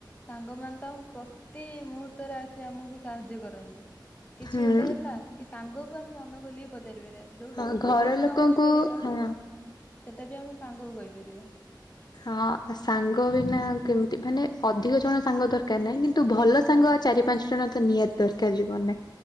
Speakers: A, on the left; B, on the left.
A: ସାଙ୍ଗ ମାନ ତମ ପ୍ରତି ମୁହୂର୍ତ୍ତରେ ଆସି ଆମକୁ ସାହାଯ୍ୟ କରନ୍ତି। କିଛି
B: ହୁଁ
A: ଗୋଟେ ହେଲା କି ସାଙ୍ଗକୁ ଆମେ ମନ ଖୋଲିକି ପ ପଚାରି ପରିବା। ଯୋଉଟା
B: ହଁ
A: ଆମେ
B: ଘର
A: ଘରେ ବି
B: ଲୋକଙ୍କୁ
A: ନ କହିପାରିବା
B: ହଁ
A: ସେଟା ବି ଆମେ ସାଙ୍ଗକୁ କହିପାରିବା।
B: ହଁ ସାଙ୍ଗ ବିନା କେମିତି ମାନେ ଅଧିକ ଜଣ ସାଙ୍ଗ ଦରକାର ନାହିଁ। କିନ୍ତୁ ଭଲ ସାଙ୍ଗ ଚାରି ପାଞ୍ଚ ଜଣ ତ ନିହାତି ଦରକାର। ଜୀବନରେ